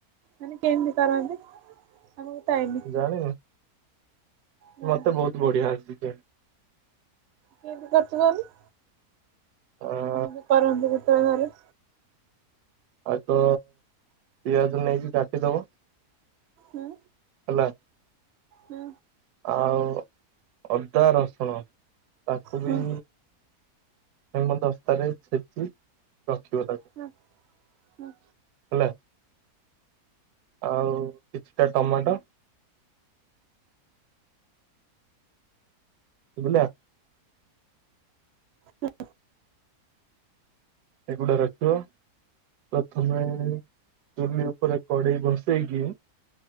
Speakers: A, on the right; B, on the right.
A: ମାନେ କେମିତି କରନ୍ତି? ଆମକୁ ତ ଆଇନି
B: ଜାଣିନ
A: ନା।
B: ମତେ ବହୁତ ବଢିଆ ଆସିଛି।
A: କେମିତି କରିଚୁ କଅନି।
B: ହଁ।
A: ଆମ କରନ୍ତି କେତବେଳେ ଘରେ।
B: ଆଉ ତ ପିଆଜ ନେଇକି କାଟିଦବ
A: ହୁଁ।
B: ହେଲା।
A: ହୁଁ।
B: ଆଉ ଅଦା ରସୁଣ ତାକୁ
A: ହଁ
B: ବି ହେମ ଦସ୍ତାରେ ଛେଚି ରଖିବ ତାପରେ
A: ହଁ ହଁ।
B: ହେଲା ଆଉ କିଛିଟା ଟମାଟୋ ସୁଵିଲା
A: ହୁଁ <unintelligible>
B: ଏଗୁଡା ରଖିବ। ପ୍ରଥମେ ଚୁଲି ଉପରେ କଡେଇ ବସେଇକି